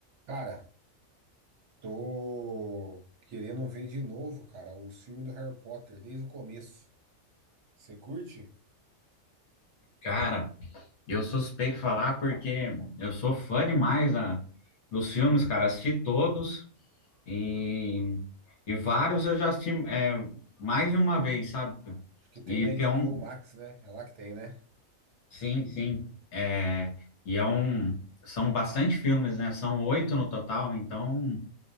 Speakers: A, on the right; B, on the left.
A: Cara, tô querendo ver de novo, cara, o filme do Harry Potter desde o começo. Você curte?
B: Cara, eu sou suspeito de falar porque eu sou fã demais da- dos filmes, cara. Assisti todos e, e vários eu já assisti é, mais de uma vez, sabe?
A: Acho que tem
B: E
A: na
B: porque
A: HBO
B: é um.
A: Max, né? É lá que tem, né?
B: Sim, sim. É, e é um. São bastante filmes, né? São oito no total, então.